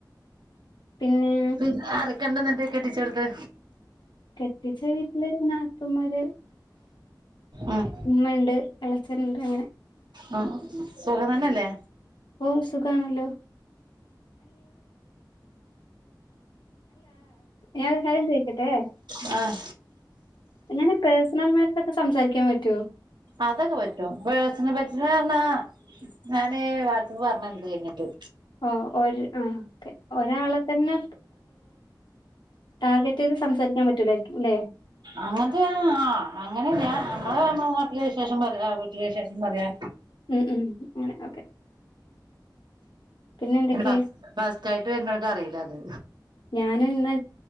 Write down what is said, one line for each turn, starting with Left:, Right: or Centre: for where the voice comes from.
Left: പിന്നെ
Right: പിന്നെ ആരക്കണ്ട് നിന്റെ കെട്ടിച്ചോടത്ത്?
Left: കെട്ടിച്ച വീട്ടില് നാത്തുമ്മാര്.
Right: ഉം
Left: ഉമ്മ ഒണ്ട് എളെച്ചന്ണ്ട് അങ്ങനെ.
Right: ആ സുഖം തന്നല്ലേ?
Left: ഓ സുഖാണല്ലോ അൽ ഞാനൊരു കാര്യം ചോയിക്കട്ടെ?
Right: ആ
Left: ഇങ്ങനെ പേഴ്സണൽ മാറ്റേഴ്സോക്കെ സംസാരിക്കാൻ പറ്റുവോ?
Right: അതൊക്കെ പറ്റും പേഴ്സണൽ <unintelligible> ഞാന് വാട്സപ്പി പർണയിത് കഴിഞ്ഞിട്ട്.
Left: ഒ ഒര് ആ ക്കെ ഒരാളെത്തന്നെ ടാർഗറ്റ് റ്റെയ്ത് സംസാരിക്കാൻ പറ്റൂലേ ല്ലേ?
Right: അങ്ങനത്തെ ആ അങ്ങനെല്ല അമ്മള് അമ്മ നാട്ടിലെ വിശേഷം പറയാ വീട്ട് വിശേഷം പറയാ
Left: ഉം ഉം ങ്ങനെ ഓക്കെ. പിന്നെ എന്തൊക്കെ
Right: ന് ഫസ് ഫസ്ട്റ്റയിട്ട് വരുന്നോർക്ക് അറിയില്ല അത്.
Left: ഞാനുന്നാ